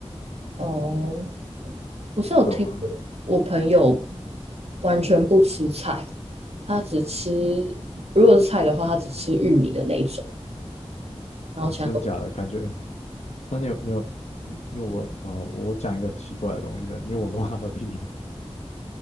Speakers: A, on the right; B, on the left.
A: 哦，我是有听过，
B: 对啊，
A: 我朋友完全不吃菜，他只吃，如果是菜的话，他只吃玉米的那一种，然后其他都
B: 哦，真的假的？感觉？那你有你有你你有闻啊、呃我讲一个很奇怪的东西的，你有闻过它的屁吗？